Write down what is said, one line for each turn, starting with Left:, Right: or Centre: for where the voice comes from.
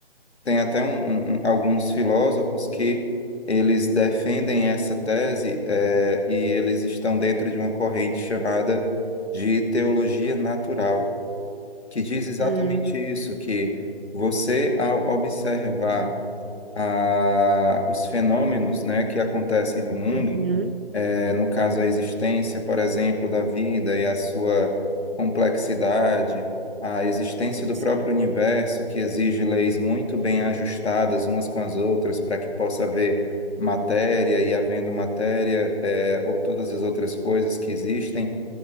Left: tem até um- um- um, alguns filósofos que eles defendem essa tese, é, e eles estão dentro de uma corrente chamada de teologia natural, que diz exatamente
Right: uhum,
Left: isso, que você, ao observar a- os fenômenos, né, que acontecem no mundo,
Right: uhum.
Left: eh, no caso, a existência, por exemplo, da vida e a sua complexidade, a existência do
Right: Sim.
Left: próprio universo, que exige leis muito bem ajustadas umas com as outras para que possa haver matéria e, havendo matéria, eh, ou todas as outras coisas que existem.